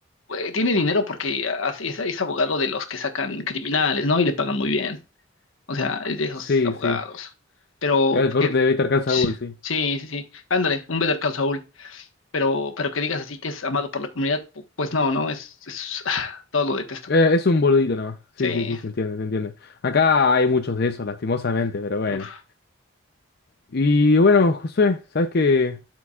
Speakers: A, on the left; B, on the left.
A: eh, tiene dinero porque hace- es, es abogado de los que sacan criminales, ¿no? Y le pagan muy bien, o sea, es de esos
B: Sí,
A: abogados.
B: sí.
A: Pero,
B: El corte
A: que,
B: de Better Call Saul, sí.
A: sí, sí, sí, ándale, un Better Call Saul, pero, pero que digas así que es amado por la comunidad, pu- pues no, no, es, es <laughs> <sighs> todo lo detestan.
B: Eh, es un boludito nomás. Sí,
A: Sí,
B: sí, sí, se entiende, se entiende. Acá hay muchos de esos, lastimosamente, pero bueno.
A: uf,
B: Y bueno, Josué, sabes que